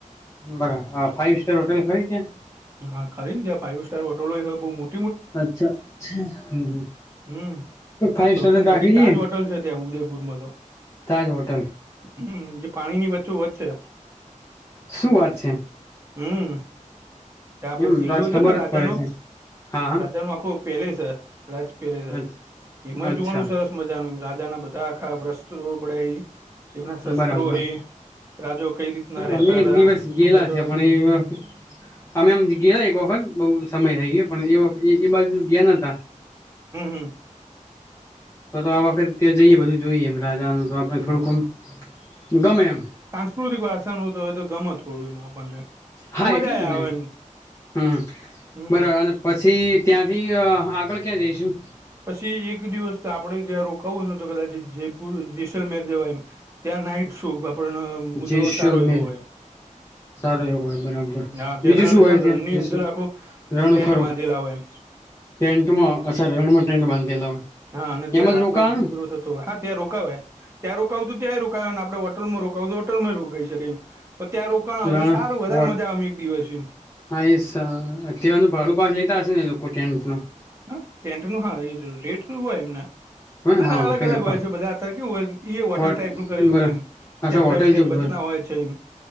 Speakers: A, on the left; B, on the right.
A: બરાબર ફાઈવ સ્ટાર હોટટેલ ખરી ત્યાં?
B: હા ખાલીન ક્યા ફાઈવ સ્ટાર હોટલો હોય બહુ મો
A: અચ્છા અચ્છા હમ
B: હમ
A: ફાઈવ
B: સૌથી
A: સ્ટાર જ
B: મોટી
A: રાખી લઈએ
B: તાજ
A: ને
B: હોટલ છે ત્યાં ઉદયપુરમાં તો
A: તાજ હોટલ.
B: હમ જે પાણી ની વચ્ચો વચ છે.
A: શું વાત છે.
B: હમ ત્યાં આપડો
A: એમ
B: કિલ્લો
A: તો આજ
B: છે
A: ખબર
B: ને રાજાનો
A: જ પડે છે હા
B: રાજાનો આખું પેલેસ હે રાજ પેલેસ છે
A: હા
B: એમાંય
A: અચ્છા
B: જોવાનું સરસ મજાનું રા બધા ના બધા આખા વસ્ત્ર પડે એમના શસ્ત્રો
A: બરાબર
B: હ રાજો કઈ રીતના રહેતા
A: અમે
B: હતા
A: એક દિવસ
B: શું
A: ગયેલા
B: કરતા હતા બધું
A: <inaudible> અમે એમ ગયા એક વખત બહુ સમય થઈ ગયો પણ એ વખત એ એ બાજુ ગયા નતા
B: હમ હમ.
A: તો તો આ વખતે ત્યા જઈએ બધું જોઈ એમ રાજાનું તો આપને
B: હમ
A: થોડુંકમ ગમે એમ.
B: <unintelligible> હોય તો તો ગમે થોડું બને તો
A: હા
B: મજા
A: એટલે જ
B: આવે
A: ને
B: એમ
A: હમ
B: હમ
A: બરાબર અને પછી ત્યાંથી આગળ ક્યાં જઈશું?
B: પછી એક દિવસ આપણેે જ્યાં રોકાવું ન તો કદાચ જયપુર જેસલમેહેર જવા એમ. ત્યાં નાઈટ શૂ આપણને મુજરો
A: જેસલમેર
B: સારો એવો હોય.
A: સારો એવો હોય બરાબર
B: નાા ત્યા
A: બીજું
B: રણ
A: શું
B: જ
A: હોય ત્યાં
B: રનની
A: જેસ
B: અંદર આખો.
A: રણ
B: ટેન્ટ
A: ખરું
B: બાંધી લાવો એમ.
A: ટેન્ટમાં અ રણમાં ટેન્ટ બાંધેલા હોય.
B: હા અને ત્યાં
A: એમ જ
B: રાતના
A: રોકાવાનું
B: ખુજરો થતો હોય હા ત્યાં રોકાવાય. ત્યાં રોકું ત્યાં રોકાય ને આપડ હોટલમાંોકાવું હોટલમાં રોકાઈ શકેમ. પ ત્યાં રોકાણ આવેય
A: રણ
B: હત સારું વધારે
A: વોટ
B: મજા આવે એક દિવસ.
A: હા એ સર તેવાનું ભાડું પાછ લેતા હશે ને એ લોકો ટેન્ટ ન.
B: હ પેન્ટ નું હા એ રેટવું હોય એમને.
A: હ
B: બધાને
A: હા
B: અલગ
A: કારણ
B: અલગ હોય
A: કે
B: છે બધા અત્યારે કેવું હોય ઈ એ હોટલ
A: વોટ
B: ટાઈપ નું કરેલું
A: બરા
B: હોય એમ. સ્ટેપ
A: અચ્છા હોટેલ
B: બાય સ્ટેપ
A: જેવું
B: બધા ના હોય છે ઈમ